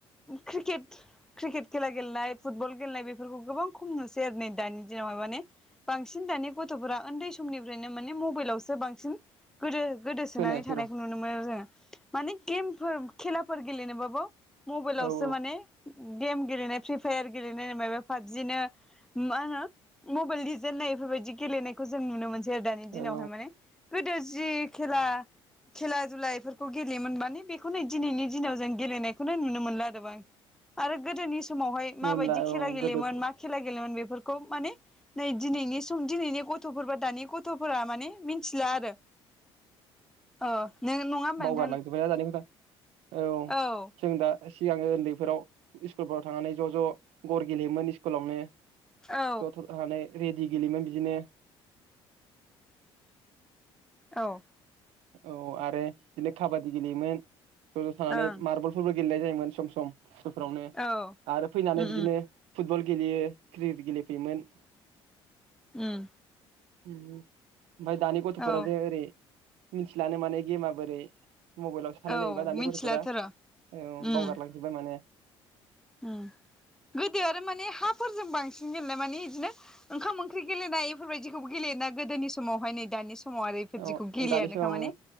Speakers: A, in the centre; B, on the right (about 80°).
A: क्रि क्रिकेट खेला गेलेनाय फुटबल गेलेनाय बेफोरखौ गोबां खम नुसै आरो नै दानि दिनावहाय माने बांसिन दानि गथ'फोरा उन्दै समनिफ्रायनो माने मबाइलावसो बांसिन। गोदो गोदोसोनानै
B: खोनायासै
A: थानायखौ
B: र'
A: नुनो मोनो जोङो माने गेमफोर खेलाफोर गेलेनो बाबो। मबाइलावस
B: औ
A: माने। गेम गेलेनाय फ्रि फायार गेलेनाय मा पाबजिनो मा होनो मबाइल लजेननाय बेफोरबायाददि गेलेनायखौ जों नुनो मोन जेर दानि दिनावहाय
B: औ
A: माने गोदो जि खेला खेला दुला इफोरखौ गेलेयोमोन माने बेखौनो दिनैनि दिनाव जों गेलेनायखौनो नुनो मोनला आरो आ आरो गोदोनि। समावहाय मा
B: होनब्ला
A: बायदि खेला
B: औ
A: गेलयोन
B: गोदो औ
A: मा खेला गेलयोन बे फोरखौ माने नै दिनैनि सम दिनैनि गथफोर बा दानि गथ'फोरा माने मिथिला आरो अ नों नङा होनबा नों
B: लांजोब्बाय ना <unintelligible> औ
A: औ
B: जों दा सिगाङो उन्दैफोराव स्कुलफोराव थांनानै ज' ज' गर गेलेयोमोन स्कुलावनो।
A: औ
B: जथ' हानाय रेडि गेलेयोमोन। बिदिनो।
A: औ।
B: औ आरो बिदिनो खाबादि गेलेयोमोन। थानानै
A: ओं
B: मारबलफोरबो। गेलेनाय जायोमोन सम सम। <unintelligible> फ्रावनो
A: औ
B: आरो फैनानै
A: उम
B: बिदिनो। फुटबल गेलेयो क्रिकेट गेलेफैयोमोन।
A: उम।
B: <unintelligible> ओमफाय दानि गथ'फोरा
A: औ
B: जे ओरै। मिथिलानो माने गेमा बोरै। मबाइलावसो थानाय
A: औ
B: जायोबा दानि
A: मिथिलाथ'
B: गथ'फोरा
A: र'
B: औ
A: उम
B: बावगारलांजोब्बाय माने।
A: उम गोदो आरो माने हाफोरजों बांसिन गेलेनाय माने इदिनो ओंखाम ओंख्रि गेलेनाय इफोरबायदिखौबो गेलेयोना गोदोनि समावहाय नै दानि समाव। <unintelligible> आरो इफोरदिखौ
B: औ
A: गेलेयानोखा
B: दानिसो औ
A: माने